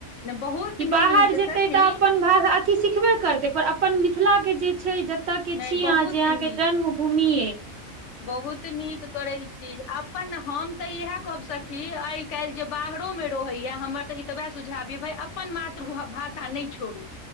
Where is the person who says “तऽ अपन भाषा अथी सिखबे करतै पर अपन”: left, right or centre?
Right